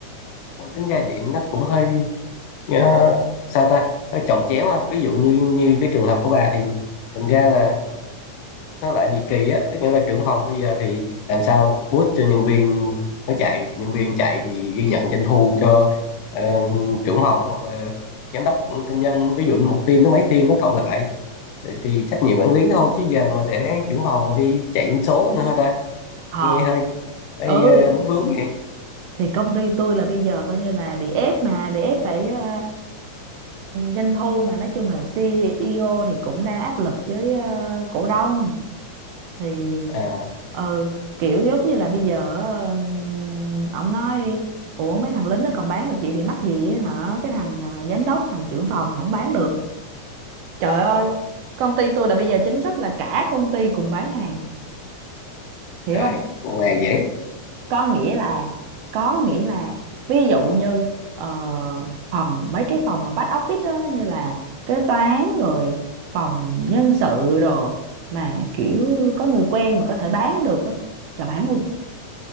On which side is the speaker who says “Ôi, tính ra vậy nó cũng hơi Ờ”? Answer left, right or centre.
Left